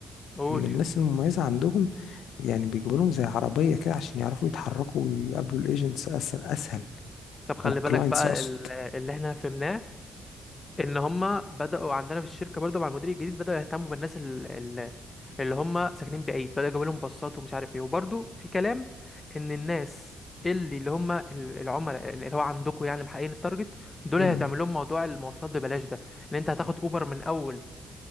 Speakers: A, on the left (about 25°); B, on the left (about 75°).
A: قول
B: ان الناس المميزه عندهم يعني بيجيبوا لهم زي عربيه كده عشان يعرفوا يتحركوا ويقابلوا الايجنتس اسهل اسهل
A: طب خلي
B: او الكلاينتس
A: بالك بقى
B: اقصد
A: ال- اللي احنا فهمناه ان هم بداوا عندنا في الشركه برضه مع المدير الجديد بداوا يهتموا بالناس ال- ال- اللي هم ساكنين بعيد بداوا يجيبوا لهم باصات ومش عارف ايه وبرضه في كلام ان الناس اللي اللي هم ال- العملاء اللي هو عندكم يعني محققين التارجت دول
B: مم.
A: هيتعمل لهم موضوع المواصلات ببلاش ده ان انت هتاخد اوبر من اول